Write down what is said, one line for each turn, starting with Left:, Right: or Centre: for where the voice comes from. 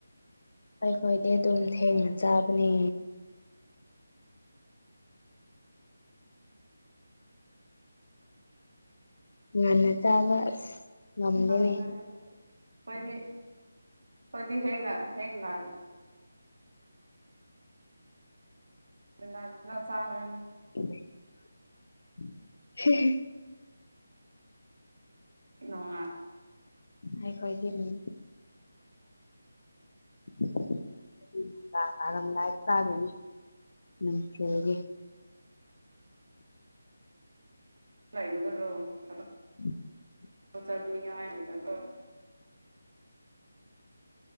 Left: ꯑꯩꯈꯣꯏꯗꯤ ꯑꯗꯨꯝ ꯊꯦꯡꯅ ꯆꯥꯕꯅꯦ ꯉꯟꯅ ꯆꯥꯕ ꯑꯁ ꯉꯝꯗꯦꯅꯦ
Right: ꯑꯩꯈꯣꯏꯗꯤ ꯑꯩꯈꯣꯏꯗꯤ ꯍꯦꯡꯉ ꯍꯦꯡ ꯉꯥꯟꯂ ꯉꯟꯅ ꯆꯥꯒ꯭ꯔꯝꯃꯤ
Left: <unintelligible>
Right: ꯅꯣꯉꯥꯜ
Left: ꯑꯩꯈꯣꯢꯒꯤ ꯅꯨꯃꯤꯠ ꯑꯩꯈꯣꯢꯗꯤ ꯅꯨꯡꯗꯥꯡ ꯇꯥꯔꯝꯗꯥꯢꯗ ꯆꯥꯗꯣꯢꯅꯤ ꯅꯨꯡꯊꯤꯜꯒꯤ
Right: ꯂꯩꯒꯗꯣꯏꯔꯣ ꯊꯕꯛ
Left: <unintelligible>
Right: <unintelligible>